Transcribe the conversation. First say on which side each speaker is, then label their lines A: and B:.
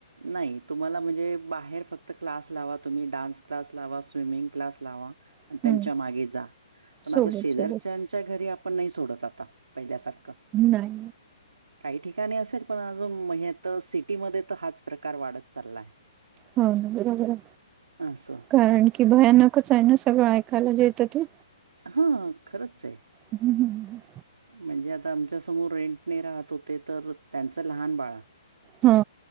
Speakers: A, on the right (about 80°); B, on the right (about 20°).
A: नाही तुम्हाला म्हणजे बाहेर फक्त क्लास लावा. तुम्ही डान्स क्लास लावा. स्विमिंग क्लास लावा.
B: हम्म
A: आणि त्यांच्या मागे जा पण
B: सोबत
A: असं शेजारच्याच्या
B: सोबत
A: घरी आपण नाही सोडत आता. पहिल्यासारखा.
B: नाही
A: काही ठिकाणी असेल पण अजून म यत सिटीमध्ये तर हाच प्रकार वाढत चाललाय.
B: हो ना बरोबर हाय,
A: असं.
B: कारण की भयानकच आहे न सगळं ऐकायला जे येत ते.
A: हा खरंच आहे.
B: हम्म हम्.
A: म्हणजे आता आमच्या समोर रेंटने राहत होते तर त्यांचं लहान बाळ
B: हा.